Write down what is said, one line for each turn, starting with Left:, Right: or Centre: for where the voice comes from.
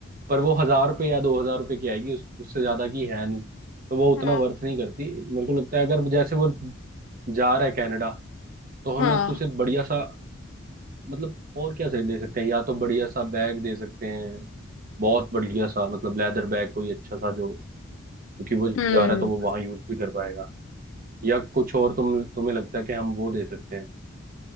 Right: पर वो हजार रुपये या दो हजार रुपये की आएगी उस, उससे ज्यादा की है नहीं तो वो उतना
Left: हाँ
Right: वर्थ नहीं करती मेरे को लगता है अगर जैसे वो जा रहा है कनाडा तो हम
Left: हाँ
Right: एक उसे बढ़िया सा मतलब और क्या सही दे सकते हैं या तो बढ़िया सा बैग दे सकते हैं बहुत बढ़िया सा मतलब लेदर बैग कोई अच्छा सा जो क्योंकि वो जा
Left: हम्म
Right: रहा है तो वो वहां यूज भी कर पाएगा या कुछ और तुम तुम्हें लगता है कि हम वो दे सकते हैं